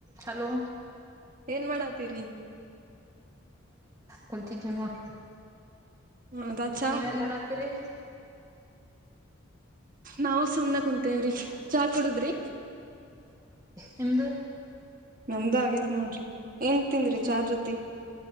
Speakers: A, on the right; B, on the right.
A: ಹಲೋ <unintelligible>
B: ಏನ್ ಮಾಡಾತೀರಿ
A: ಕುಂತಿದೀವಿ ನೋಡ
B: ಹೌದಾ ಚಾ
A: ನೀವೇನ್ ಮಾಡತ್ತೀರಿ
B: ನಾವು ಸುಮ್ನೆ ಕುಂತೇವ್ರಿ ಚಾ ಕುಡುದ್ರಿ
A: ಹಂದು.
B: ನಮ್ದ್ ಆಗೇತ್ ನೋಡ್ರಿ ಏನ್ ತಿಂದ್ರಿ
A: ಹ್ಮ
B: ಚಾ ಜೊತಿ